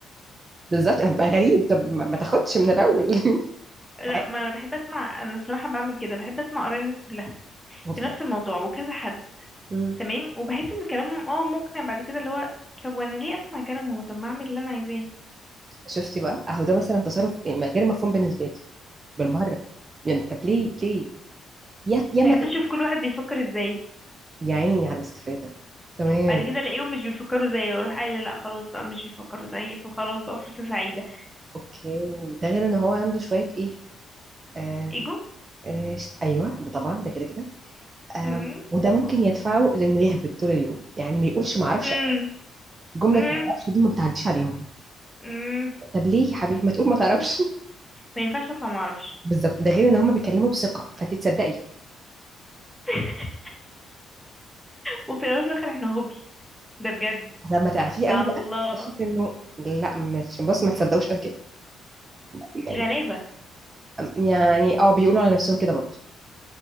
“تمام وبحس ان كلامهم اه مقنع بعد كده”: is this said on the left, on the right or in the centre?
Centre